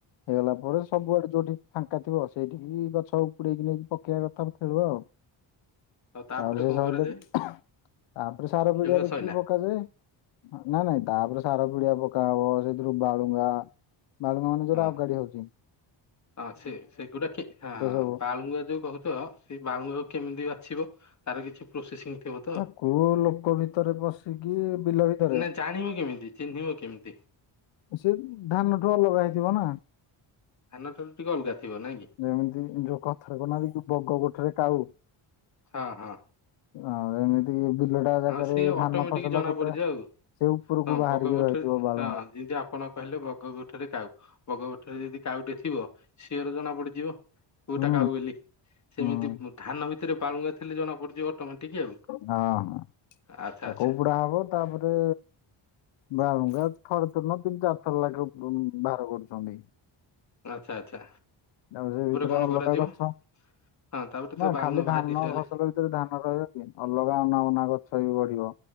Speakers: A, on the left; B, on the left.
A: ହେଇଗଲା ପରେ ସବୁଆଡେ ଯୋଉଠି ଫାଙ୍କା ଥିବ ସେଇଠିକି ଗଛ ଉପୁଡେଇକି ନେଇକି ପକେଇବା କଥା ଖେଳୁଆ।
B: ଆଉ
A: ତାପରେ ସେ
B: କଣ
A: ସଇଲେ
B: କରାଯାଏ
A: <unintelligible> ତାପରେ ସାର ପିଡିଆ
B: ଖେଳ
A: ଦେଖିକି
B: ସଇଲା
A: ପକେଇଦେବେ ନାଇଁ ନାଇଁ ତାପରେ ସାର ପିଡିଆ ପ ତାପରେ ସେଥିରୁ ବାଳୁଙ୍ଗା ବାଳୁଙ୍ଗା ମାନେ ଯୋଉରା
B: ହଁ।
A: ଅଗାଡି ହୋଉଚି।
B: ହଁ ସେ ସେଗୁଡା କି ହଁ
A: ସବୁ
B: ବାଳୁଙ୍ଗା ଯୋଉ କୋହୁ ଚ ସେଇ ବାଳୁଙ୍ଗାକୁ କେମିତି ବାଛିବ ତାର କିଛି ପ୍ରୋସେସିଂ ଥିବ ତ
A: ତାକୁ ଲୋକ ଭିତରେ ପଶିକି ବିଲ ଭିତରେ
B: ନା ଜାଣିବ କେମିତି ଚିହ୍ନିବ କେମିତି?
A: ସେ ଧାନଠୁ ଅଲଗା ହେଇଥିବ ନା।
B: ଧାନଠାରୁ ଟିକେ ଅଲଗାଥିବ ନାଁ କି?
A: ଯେମିତି ଯୋଉ କଥାରେ କୋହୁ ନାହାତି କି ବଗ ଗୋଠରେ କାଉ।
B: ହଁ ହଁ।
A: ଆଉ ଏମିତି କି ବିଲଟା ଜାଗାରେ
B: ହଁ ସିଏ
A: ଧାନ
B: ଅଟୋମେଟିକ
A: ଫସଲ
B: ଜଣା
A: ଗୋଟେ
B: ପଡିଯିବ ଆଉ।
A: ସେ ଉପରକୁ
B: ହଁ
A: ବାହାରିକି
B: ବଗ ଗୋଠରେ
A: ରହିଥିବ ବାଳୁଙ୍ଗା।
B: ହଁ ଯେମିତି ଆପଣ କହିଲେ ବଗ ଗୋଠରେ କାଉ। ବଗ ଗୋଠରେ ଯଦି କାଉଟେ ଥିବ। ସିଓର ଜଣାପଡିଯିବ। କୋଉଟା
A: ହୁଁ
B: କାଉ ବୋଲି ସେମିତି
A: ହୁଁ ହଁ
B: ଧାନ ଭିତରେ ବାଳୁଙ୍ଗା ଥିଲେ ଜଣା ପଡିଯିବ ଅଟୋମେଟିକ ଆଉ।
A: ହଁ ହଁ
B: ଆଚ୍ଛା
A: ତାକୁ
B: ଆଚ୍ଛା।
A: ଉପୁଡା ହବ ତାପରେ ବାଳୁଙ୍ଗା ଥରେ ଥର ନୁହୁଁ ତିନି ଚାରି ଥର ଲାଗେ ଉପୁଡୋଉ ବାହାର କରୁଚନ୍ତି।
B: ଆଚ୍ଛା ଆଚ୍ଛା
A: ତାପରେ ସେ ଭିତରେ
B: କଣ
A: ଅଲଗା
B: କରାଯିବ
A: ଗଛ।
B: ହଁ ତାପରେ ତ
A: ନା
B: ବାଳୁଙ୍ଗା
A: ଖାଲି
B: ବାହାରି
A: ଧାନ
B: ସାରିଲା
A: ଫସଲ ଭି ତରେ ଧାନ ରହିବ କି ଅଲଗା ଅନାବନା ଗଛ ବି ବଢିବ।